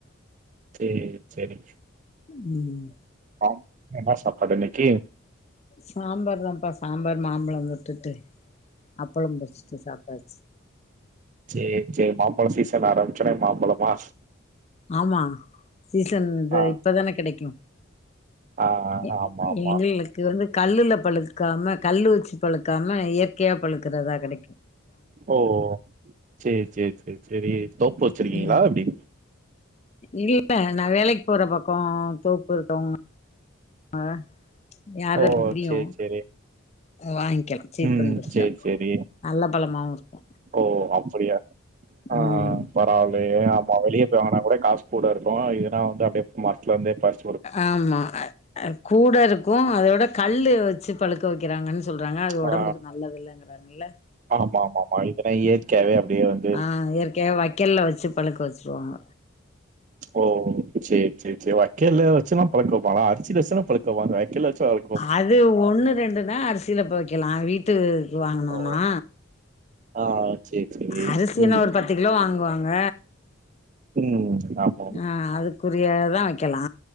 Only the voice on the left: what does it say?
ம்
சாம்பார்தாப்பா சாம்பார் மாம்பழோ வுட்டுட்டு அப்பளம் பொறிச்சுட்டு சாப்ட்டாச்சு
ஆமா சீசன் இது
இப்பதானே கெடைக்கு
எ
எங்குள்து இது வந்து கல்லுல பழுக்காம கல்லு வெச்சு பழுக்காம இயற்கையா பழுக்கறதா கெடைக்கோ
ம்
இல்ல நா வேலைக்கு போற பக்கோ தோப்பு இருக்கவுங்க யாராருனு
தெரியு
வாங்கிக்கலா சீப்
அண்ட் பெஸ்ட்டா
நல்ல பழமாவு இருக்கு
ம்
ஆமா அ கூட இருக்கோ அத விட கல்லு வெச்சு பழுக்க வெக்கறாங்கன்னு சொல்றாங்க அது ஒடம்புக்கு
நல்லது இல்லங்கிறாங்கல
அ இயற்கையாவே வைக்கல்ல வெச்சு பழுக்க வெச்சிருவாங்க
அது ஒண்ணு ரெண்டுதா அரிசில ப வெக்கலா வீட் த்து வாங்கனோனா
அதுக்கு
என்ன ஒரு பத் து கிலோ வாங்குவாங்க
ஆ அதுக்குரியதா வெக்கலா